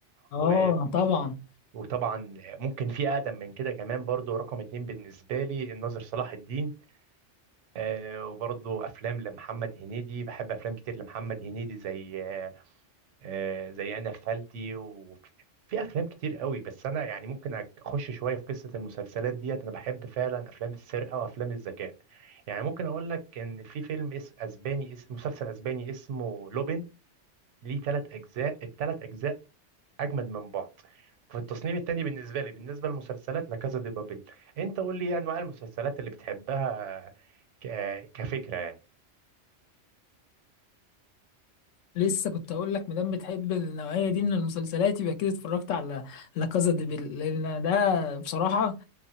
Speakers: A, on the left; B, on the right.
A: اه
B: و...
A: طبعا
B: وطبعا ممكن في اقدم من كده كمان برضو رقم اتنين بالنسبه لي الناظر صلاح الدين آه وبرضه افلام لمحمد هنيدي بحب افلام كتير لمحمد هنيدي زي آه آه، زي انا خالتي وفي افلام كتير قوي بس انا يعني ممكن اخش شويه في قصه المسلسلات ديت انا بحب فعلا افلام السرقه وافلام الذكاء يعني ممكن اقول لك ان في فيلم اس اسباني اس مسلسل اسباني اسمه لوبين ليه ثلاث اجزاء الثلاث اجزاء اجمد من بعض وفي التصنيف التاني بالنسبه لي بالنسبه للمسلسلات لا كازا دي بابل انت قول لي ايه انواع المسلسلات اللي بتحبها ك- كفكره يعني
A: لسه كنت اقول لك مادام بتحب النوعيه دي من المسلسلات يبقى كده اتفرجت على لا كازا دي بيل لان ده بصراحه